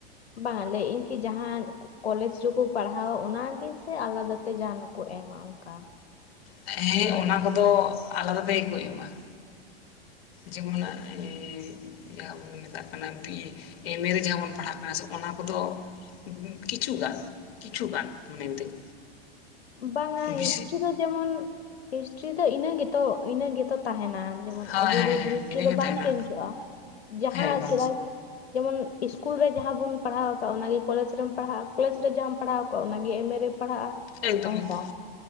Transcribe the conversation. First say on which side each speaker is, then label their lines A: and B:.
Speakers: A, on the left (about 85°); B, on the left (about 65°).
A: ᱵᱟᱝ ᱞᱟᱹᱭ ᱤᱧ ᱠᱤ ᱡᱟᱦᱟᱸ ᱠᱚᱞᱮᱡᱽ ᱨᱮᱠᱚ ᱯᱟᱲᱦᱟᱣᱟ ᱚᱱᱟ ᱜᱮ ᱥᱮ ᱟᱞᱟᱫᱟ ᱛᱮ ᱡᱟᱦᱟᱱᱟᱜ ᱠᱚ ᱮᱢᱟ ᱾ ᱚᱱᱠᱟ
B: ᱦᱮᱸ, ᱚᱱᱟ ᱠᱚᱫᱚ ᱟᱞᱟᱫᱟ ᱛᱮᱜᱮ ᱠᱚ ᱮᱢᱟ ᱾ ᱡᱮᱢᱚᱱ ᱮᱭ ᱡᱟᱦᱟᱸ ᱵᱚᱱ ᱢᱮᱛᱟᱜ ᱠᱟᱱᱟ ᱵᱤ ᱮᱢ ᱮ ᱨᱮ ᱡᱟᱦᱟᱸ ᱵᱚᱱ ᱯᱟᱲᱦᱟᱜ ᱠᱟᱱᱟ ᱥᱮ ᱚᱱᱟ ᱠᱚᱫᱚ ᱠᱤᱪᱷᱩᱜᱟᱱ ᱠᱤᱪᱷᱩᱜᱟᱱ ᱢᱚᱱᱮ ᱢᱤᱛᱟᱹᱧ
A: ᱵᱟᱝᱟ
B: ᱵᱮᱥᱤ
A: ᱦᱤᱥᱴᱨᱤ ᱫᱚ ᱡᱮᱢᱚᱱ ᱦᱤᱥᱴᱨᱤ ᱫᱚ ᱤᱱᱟᱹ ᱜᱮᱛᱚ ᱤᱱᱟᱹ ᱜᱮᱛᱚ ᱛᱟᱦᱮᱱᱟ ᱡᱮᱢᱚᱱ
B: ᱦᱳᱭ
A: ᱟᱵᱚ
B: ᱦᱮᱸ
A: ᱫᱚ
B: ᱦᱮᱸ
A: ᱫᱨᱤᱥᱥᱚ
B: ᱤᱱᱟᱹᱜᱮ
A: ᱫᱚ ᱵᱟᱝ
B: ᱛᱟᱦᱮᱱᱟ
A: ᱪᱮᱧᱡᱚᱜᱼᱟ ᱡᱟᱦᱟᱸ
B: ᱦᱮᱸ ᱵᱟᱝ
A: ᱥᱮᱫᱟᱭ ᱡᱮᱢᱚᱱ ᱤᱥᱠᱩᱞ ᱨᱮ ᱡᱟᱦᱟᱸ ᱵᱚᱱ ᱯᱟᱲᱦᱟᱣ ᱠᱟᱜ ᱚᱱᱟ ᱜᱮ ᱠᱚᱞᱮᱡᱽ ᱨᱮᱢ ᱯᱟᱲᱦᱟᱜᱼᱟ ᱠᱚᱞᱮᱡᱽ ᱨᱮ ᱡᱟᱦᱟᱸᱢ ᱯᱟᱲᱦᱟᱣ ᱠᱟᱜᱼᱟ ᱚᱱᱟᱜᱮ ᱮᱢ ᱮ ᱨᱮ ᱾ ᱯᱟᱲᱦᱟᱜᱼᱟ
B: ᱮᱠᱫᱚᱢ
A: ᱚᱱᱠᱟ
B: ᱮᱠᱫᱚᱢ